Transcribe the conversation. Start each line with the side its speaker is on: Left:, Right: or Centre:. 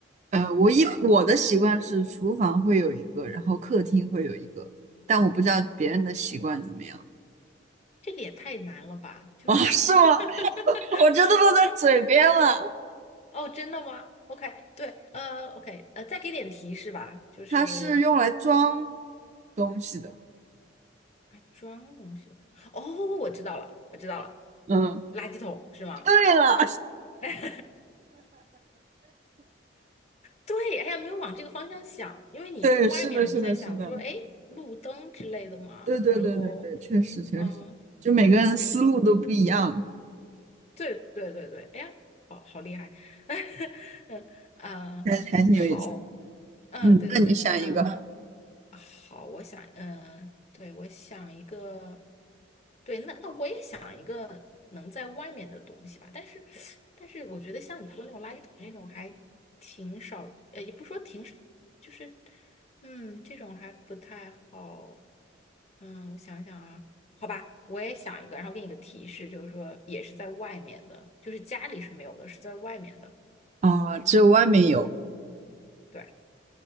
Right: 呃，我一我的习惯是厨房会有一个，然后客厅会有一个，但我不知道别人的习惯怎么样。
Left: 这个也太难了吧？就是
Right: <laughs>
Left: <laughs>
Right: 是吗？我这都落在嘴边了。
Left: 哦，真的吗？OK，对，呃，OK，呃，再给点提示吧，就是
Right: 它是用来装东西的，
Left: 还装东西了。哦，我知道了，我知道了，
Right: 嗯，
Left: 垃圾桶是吗？
Right: 对了，
Left: <laughs> 对，哎呀，没有往这个方向想，因为你一说外面，
Right: <laughs> 对，是的，
Left: 我就在想说，
Right: 是的，是的，
Left: 哎，路灯之类的嘛。
Right: 对对对对对，
Left: 然后，
Right: 确实确实，
Left: 嗯，
Right: 就每个人思路都不一样，
Left: 哦，对对对对，哎呀，好好厉害，<laughs> 嗯嗯，呃好，
Right: 还还挺有意思的。
Left: 嗯，
Right: 嗯，
Left: 对对对，
Right: 那你想一个
Left: 嗯好，我想，嗯，对，我想一个，对，那那我也想一个能在外面的东西吧，但是，但是我觉得像你说那种垃圾桶那种还挺少，呃，也不说挺少，就是，嗯，这种还不太好，嗯，我想想啊，好吧，我也想一个，然后给你个提示，就是说也是在外面的，就是家里是没有的，是在外面的，
Right: 啊，只有外面有，
Left: 对，